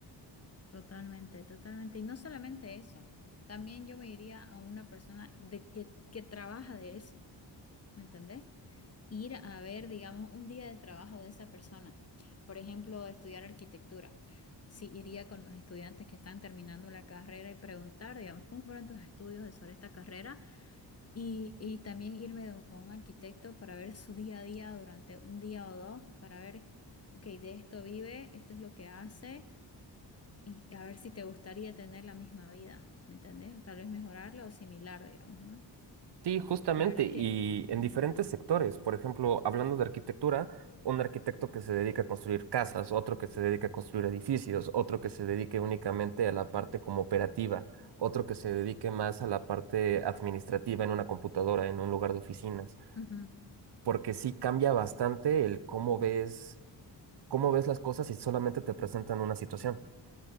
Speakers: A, on the left (about 35°); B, on the right (about 65°).
A: totalmente, totalmente. Y no solamente eso, también yo me iría a una persona de que, que trabaja de eso, ¿me entendés? ir a ver, digamos, un día de trabajo de esa persona. Por ejemplo, estudiar arquitectura. Sí, iría con los estudiantes que están terminando la carrera y preguntar, digamos, cómo fueron tus estudios de- sobre esta carrera y, y también irme do- con un arquitecto para ver su día a día durante un día o dos, para ver, ok, de esto vive, esto es lo que hace y a ver si te gustaría tener la misma vida, ¿me entendés? O tal vez mejorarla o similar, digamos, ¿no?
B: Sí, justamente,
A: La verdad que...
B: y en
A: ujú,
B: diferentes sectores. Por ejemplo, hablando de arquitectura, un arquitecto que se dedica a construir casas, otro que se dedica a construir edificios, otro que se dedique únicamente a la parte como operativa, otro que se dedique más a la parte administrativa en una computadora, en un lugar de oficinas,
A: ujú.
B: porque sí cambia bastante el cómo ves, cómo ves las cosas si solamente te presentan una situación.